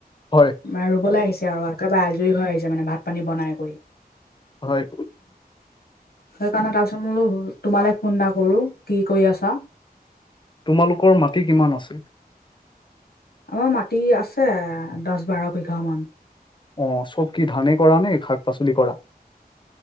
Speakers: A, on the left; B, on the left.
A: হয়।
B: মানে ৰুবলৈ আহিছে আৰু একেবাৰে আজৰি হৈ আহিছে মানে ভাত - পানী বনাই কৰি।
A: হয়।
B: সেইকাৰণে তাৰপিছত মোলো তোমালৈ ফোন এটা কৰোঁ কি কৰি আছ?
A: তোমালোকৰ মাটি কিমান আছিল?
B: আমাৰ মাটি আছে দছ - বাৰ বিঘামান।
A: অ চব কি ধানে কৰা নে এই শাক - পাচলি কৰা?